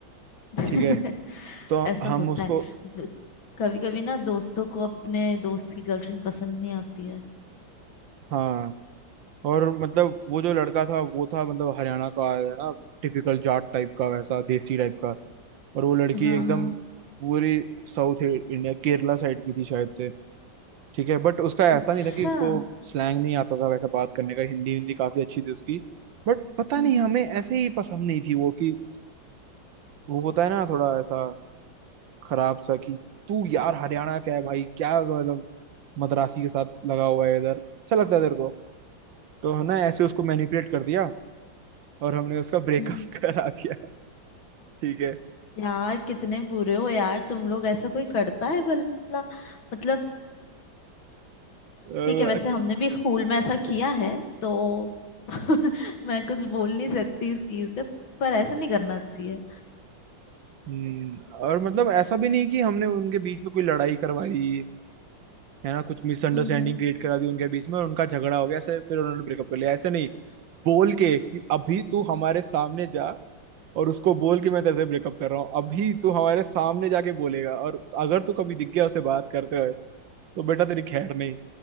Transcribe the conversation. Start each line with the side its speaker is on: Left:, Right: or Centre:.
Left: <laughs>
Right: ठीक है तो
Left: ऐसा
Right: हम
Left: होता
Right: उसको
Left: है कभी कभी ना दोस्तों को अपने दोस्त की गर्लफ्रेंड पसंद नहीं आती है
Right: हाँ और मतलब वो जो लड़का था वो था मतलब हरियाणा का है ना टिपिकल जाट टाइप का वैसा देसी टाइप का और वो लड़की
Left: हाँ
Right: एकदम
Left: हाँ
Right: पूरी साउथ इंडिया केरला साइड की थी शायद से ठीक है बट उसका ऐसा
Left: अच्छा
Right: नहीं था कि उसको
Left: हम्म
Right: स्लैंग नहीं आता था वैसा बात करने का हिंदी हिंदी काफी अच्छी थी उसकी बट पता
Left: हम्म
Right: नहीं हमें ऐसे ही पसंद नहीं थी वो कि वो होता है ना थोड़ा ऐसा खराब सा कि तू यार हरियाणा का है भाई क्या मतलब मद्रासी के साथ लगा हुआ है इधर अच्छा लगता है तेरे को तो है ना ऐसे उसको मैनिपुलेट कर दिया और हमने उसका ब्रेकअप
Left: हम्म
Right: <laughs> करा दिया ठीक है
Left: यार कितने बुरे हो यार तुम लोग ऐसा कोई करता है भला मतलब
Right: अ,
Left: ठीक है वैसे हमने भी स्कूल में ऐसा किया है तो <laughs> मैं कुछ बोल नहीं सकती इस चीज पे पर ऐसा नहीं करना चाहिए
Right: हम्म, और मतलब ऐसा भी नहीं कि हमने उनके बीच में कोई लड़ाई करवाई है ना कुछ मिसअंडरस्टैंडिंग
Left: हम्म हम्म
Right: क्रिएट करा दी उनके बीच में और उनका झगड़ा हो गया ऐसे फिर उन्होंने ब्रेकअप कर लिया ऐसे नहीं बोल के कि अभी तू हमारे सामने जा और उसको बोल के मैं तेरे से ब्रेकअप कर रहा हूँ अभी तू हमारे सामने जाके बोलेगा और अगर तू कभी दिख गया उसे बात करते हुए तो बेटा तेरी खैर नहीं